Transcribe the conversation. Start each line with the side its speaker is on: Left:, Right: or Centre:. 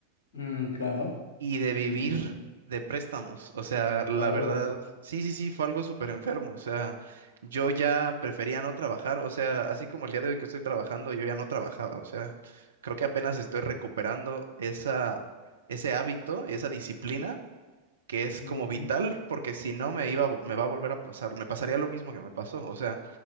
Left: Mm, claro,
Right: y de vivir
Left: te entiendo.
Right: de préstamos. O sea, la
Left: Oh,
Right: verdad, sí, sí, sí, fue algo súper enfermo. O sea, yo ya prefería no trabajar. O sea, así como el día de hoy que estoy trabajando, yo ya no trabajaba. O sea, creo que apenas estoy recuperando esa, ese hábito, esa disciplina que es
Left: ujú.
Right: como vital, porque si no me iba, a vo- me va a volver a pasar, me pasaría lo mismo que me pasó. O sea,